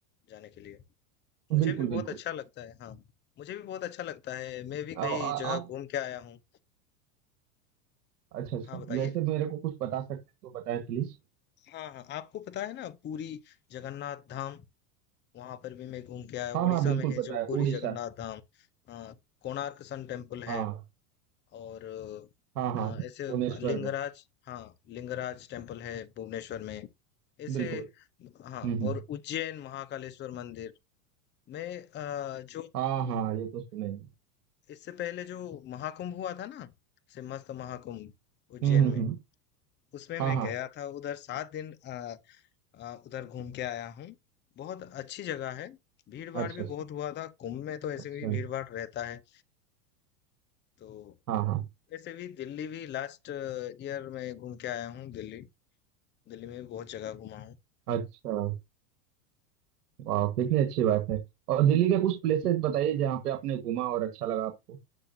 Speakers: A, on the left (about 25°); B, on the right (about 80°).
A: जाने के लिए मुझे
B: बिल्कुल
A: भी बहुत
B: बिल्कुल
A: अच्छा लगता है हाँ मुझे भी बहुत अच्छा लगता है मैं भी
B: आ,
A: कई
B: आ,
A: जगह
B: आप
A: घूम के आया हूँ
B: अच्छा अच्छा
A: हाँ बताइए
B: जैसे मेरे को कुछ बता सकते हैं तो बताएं प्लीज
A: हाँ हाँ आपको पता है ना पुरी जगन्नाथ धाम वहां पर भी मैं घूम के आया
B: हाँ
A: उड़ीसा
B: हाँ बिल्कुल
A: में है
B: पता
A: जो
B: है उड़ीसा
A: पुरी जगन्नाथ धाम हाँ कोणार्क सन टेम्पल है
B: हाँ
A: और अ,
B: हाँ हाँ भुवनेश्वर
A: ऐसे लिंगराज
B: में
A: हाँ लिंगराज टेम्पल है भुवनेश्वर में ऐसे
B: बिल्कुल
A: हाँ
B: हम्म
A: और
B: हम्म
A: उज्जैन महाकालेश्वर मंदिर मैं अ, जो
B: हाँ हाँ ये तो सुने हैं।
A: इससे पहले जो महाकुंभ हुआ था ना सिम्हस्थ महाकुंभ उज्जैन
B: हम्म हम्म
A: में
B: हम्म
A: उसमें
B: हाँ
A: मैं
B: हाँ
A: गया था उधर सात दिन अ, अ, उधर घूम के आया हूँ बहुत अच्छी जगह है भीड़ भाड़
B: अच्छा
A: भी
B: अच्छा
A: बहुत हुआ था कुंभ में तो ऐसे
B: अच्छा
A: भी भीड़ भाड़ रहता है तो
B: हाँ हाँ
A: ऐसे भी दिल्ली भी लास्ट ईयर में घूम के आया हूँ दिल्ली दिल्ली में भी बहुत जगह घूमा हूँ
B: अच्छा वाह कितनी अच्छी बात है और दिल्ली के कुछ प्लेसेस बताइए जहाँ पे आपने घूमा और अच्छा लगा आपको